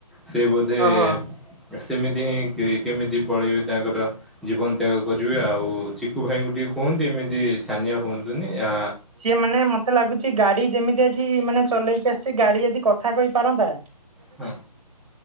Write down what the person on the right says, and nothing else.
ଓହୋ।
ସିଏ ମାନେ ମତେ ଲାଗୁଛି ଗାଡି ଯେମିତି ଆଜି ମାନେ ଚଲେଇକି ଆସିସି ଗାଡି ଯଦି କଥା କହି ପାରନ୍ତା।